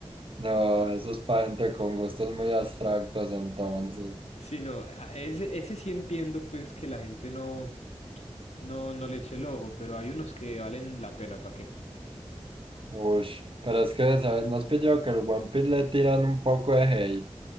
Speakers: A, on the right; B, on the left.
A: No, eso es para gente con gustos muy abstractos entonces.
B: Sí, no, a- ese, ese sí entiendo pues que la gente no, no, no le eche el ojo, pero hay unos que valen la pena, ¿para qué?
A: Uy, pero es que, ¿sabes? ¿No has pillado que el One Piece le tiran un poco de hate?